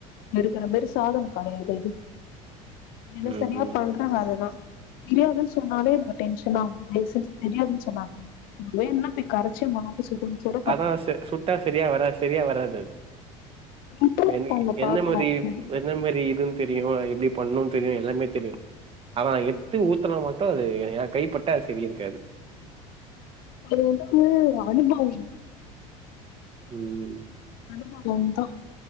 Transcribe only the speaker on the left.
எடுக்குற மாரி சாதன கெடையாது அது இதுல
சரியா
பண்ற வேலதா தெரியாதுன் சொன்னாலே எனக்கு டென்ஷன் ஆவுது தய்வ்செஞ் தெரியாதுன் சொன்னாதீங் உங்குளுக் வேணுனா போய் கரைச்ச மாவ சுடுன் சுட க
இம்ப்ரூவ்
பண்ண பாக்கணு
எது
அது வந்து அனுபவோ வேணூ
அனுபவந்தா